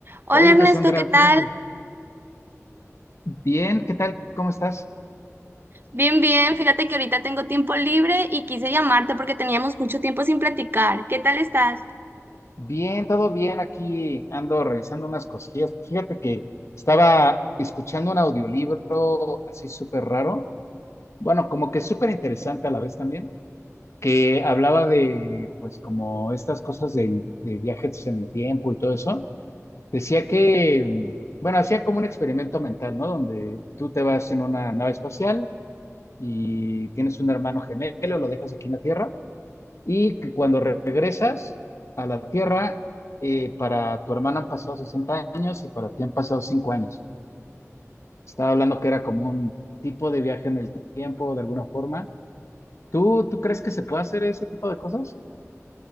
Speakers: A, on the right; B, on the left.
A: Hola
B: Oye,
A: Ernesto,
B: Cassandra,
A: ¿qué tal?
B: fíjate, bien, ¿qué tal? ¿Cómo estás?
A: Bien, bien. Fíjate que ahorita tengo tiempo libre y quise llamarte porque teníamos mucho tiempo sin platicar. ¿Qué tal estás?
B: Bien, todo bien aquí. Ando revisando unas cosillas. Fíjate que estaba escuchando un audiolibro así súper raro. Bueno, como que súper interesante a la vez también, que hablaba de, pues, como estas cosas del- de, viajes en el tiempo y todo eso. Decía que, mm, bueno, hacía como un experimento mental, ¿no? Donde tú te vas en una nave espacial y tienes un hermano gemelo, lo dejas aquí en la Tierra y que cuando regresas a la Tierra, eh, para tu hermana han pasado 60 años y para ti han pasado 5 años. Estaba hablando que era como un tipo de viaje en el tiempo, de alguna forma. ¿Tú, tú crees que se puede hacer ese tipo de cosas?